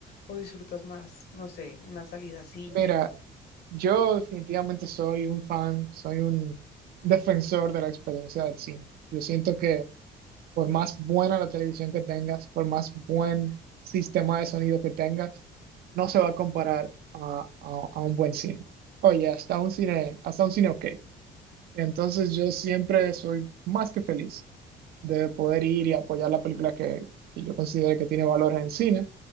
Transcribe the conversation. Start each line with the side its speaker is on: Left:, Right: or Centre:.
Left: o disfrutas más, no sé, una salida a cine?
Right: Mira, yo definitivamente soy un fan, soy un defensor de la experiencia del cine. Yo siento que Por más buena la televisión que tengas, por más buen sistema de sonido que tengas, no se va a comparar a, a- a un buen cine. Oye, hasta un cine, hasta un cine ok. Entonces yo siempre soy más que feliz de poder ir y apoyar la película que, que yo considero que tiene valor en el cine.